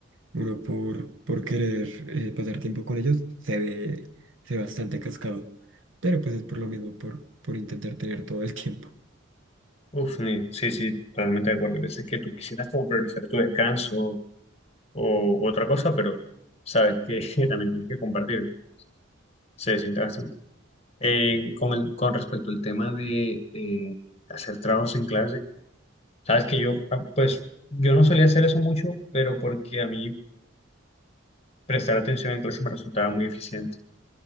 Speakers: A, on the right; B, on the left.
A: uno por, por querer eh, pasar tiempo con ellos se ve, se ve bastante cascado. Pero pues es por lo mismo, por, por intentar tener todo el tiempo.
B: Uf, ni- sí, sí, totalmente de acuerdo. Hay veces que tú quisieras como priorizar tu descanso o otra cosa, pero sabes que <laughs> también tienes que compartir. Se siente bastante. En- con, el- con respecto al tema de eh, hacer trabajos en clase, sabes que yo, ah, pues, yo no solía hacer eso mucho, pero porque a mí prestar atención en clase me resultaba muy eficiente.